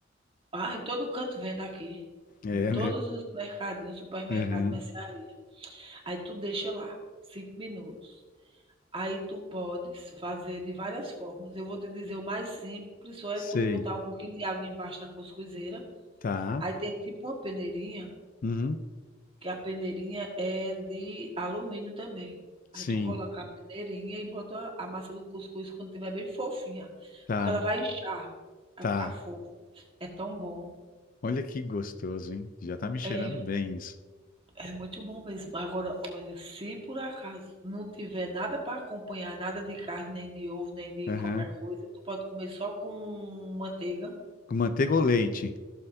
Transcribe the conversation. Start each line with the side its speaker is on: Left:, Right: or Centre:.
Right: ah, em todo canto vende aqui.
Left: É,
Right: Em todos
Left: <laughs> né?
Right: os mercadinhos, supermercado,
Left: Uhum,
Right: mercearia. Aí tu deixa lá 5 minutos. Aí tu podes fazer de várias formas. Eu vou te dizer o mais simples, só é
Left: sei,
Right: tu botar um pouquinho de água embaixo da cuscuzeira,
Left: tá.
Right: aí tem tipo uma peneirinha,
Left: Uhum,
Right: Que a peneirinha é de alumínio também.
Left: sim,
Right: Aí tu coloca a peneirinha e bota a massa do cuscuz quando tiver bem fofinha,
Left: tá,
Right: porque ela vai inchar, vai
Left: tá.
Right: ficar fofa. É tão bom.
Left: Olha que gostoso, hein? Já tá me cheirando
Right: É,
Left: bem isso.
Right: é muito bom mesmo. Agora, olha, se por acaso não tiver nada para acompanhar, nada de carne, nem de ovo, nem de
Left: Uhum.
Right: qualquer coisa, tu pode comer só com manteiga.
Left: Com manteiga ou leite?